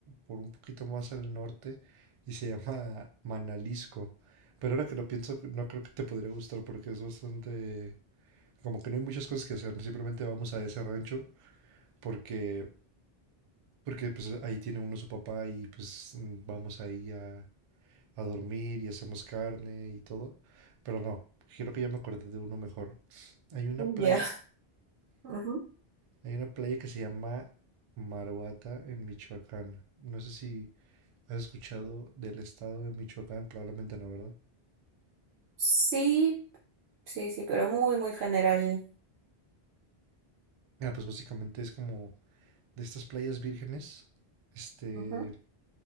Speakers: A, on the right; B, on the right.
A: por un poquito más al norte y se llama Manalisco. Pero ahora que lo pienso, no creo que te podría gustar porque es bastante, como que no hay muchas cosas que hacer, simplemente vamos a ese rancho porque, porque pues ahí tiene uno su papá y pues mm, vamos ahí a, a dormir y hacemos carne y todo. Pero no, quiero que ya me acordé de uno mejor. Hay una playa
B: Ya. <laughs> Ujú.
A: Hay una playa que se llama Maruata en Michoacán. No sé si has escuchado del estado de Michoacán, probablemente no, ¿verdad?
B: Sí, sí, sí, pero muy, muy general.
A: Ah, pues básicamente es como de estas playas vírgenes, este,
B: Ujú,